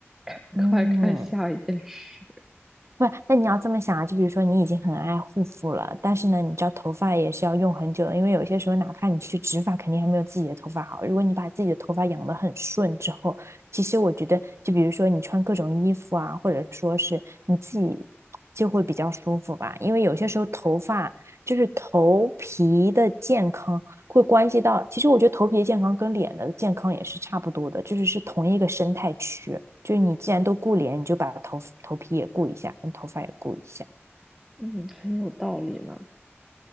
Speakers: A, in the centre; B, on the right.
A: <laughs>
B: 嗯，
A: 赶快看下一件事，
B: 不是那你要这么想啊，就比如说你已经很爱护肤了，但是呢，你知道头发也是要用很久的，因为有些时候哪怕你去植发，肯定还没有自己的头发好。如果你把自己的头发养得很顺之后，其实我觉得，就比如说你穿各种衣服啊，或者说是你自己就会比较舒服吧。因为有些时候头发就是头皮的健康会关系到，其实我觉得头皮的健康跟脸的健康也是差不多的，就是是同一个生态区。就是你既然都顾脸，你就把头头皮也顾一下，跟头发也顾一下。
A: 嗯，很有道理呢。